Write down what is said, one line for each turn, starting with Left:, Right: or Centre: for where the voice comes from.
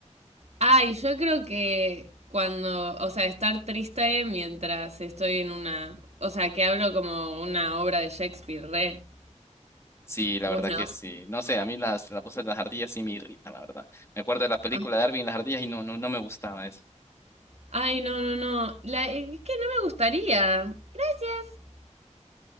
Right: Ay, yo creo que cuando, o sea, estar triste mientras estoy en una, o sea, que hablo como una obra de Shakespeare, re.
Left: Sí, la
Right: Vos
Left: verdad
Right: no.
Left: que sí. No sé, a mí las, las voces de las ardillas sí me irritan, la verdad. Me acuerdo de la película
Right: Ay,
Left: de Darwin y las ardillas y no, no, no me gustaba eso.
Right: ay, no, no, no. La, eh, es que no me gustaría. Gracias.